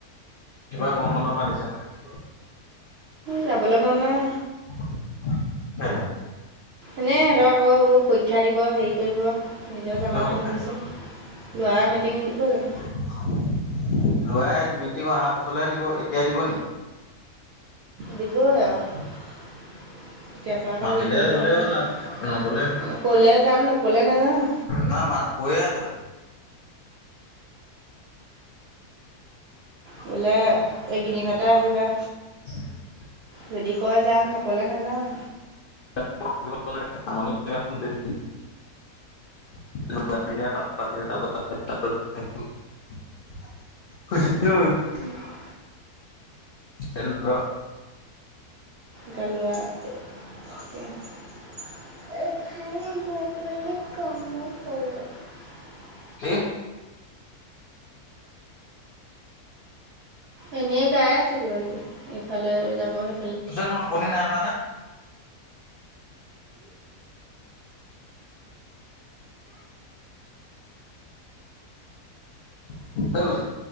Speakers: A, on the left; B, on the right.
A: এইবাৰ গৰম বন্ধৰ পৰা দিছে নহয়।
B: যাবলৈ মন নাই।
A: <unintelligible>
B: এনেই, সিহঁতৰ আৰু আকৌ পৰীক্ষা দিব, হেৰি কৰিব, নিজৰ জামালা
A: কিহৰ পৰীক্ষা
B: নুগুছে।
A: দিম?
B: ল'ৰা মেট্ৰিক নিদিব জানো?
A: ল'ৰাই মেট্ৰিক পৰীক্ষা আহা বছৰলৈহে দিব, এতিয়াই দিব নেকি?
B: দিবই আৰু। এতিয়াৰ পৰা আকৌ
A: মাতিলে
B: হেৰি কৰিলে
A: গ'লেই
B: হ'ব,
A: হ'ল না নগ'লে
B: ক'লে যাম নকলে নাযাওঁ।
A: নাই মা কৈয়ে আছে দেখুন।
B: বোলে এইকেইদিনতে আহিবা।
A: <unintelligible>
B: যদি কয় যাম, নকলে নাযাওঁ।
A: <unintelligible> <unintelligible> <unintelligible>
B: <unintelligible>
A: হেল্ল'।
B: গানোৱা <unintelligible> <unintelligible>
A: কি?
B: এনেই গাই আছে কিবা কিবি ইফালে যাবহে
A: <unintelligible> টোপনী নাই ধৰা নে? <unintelligible>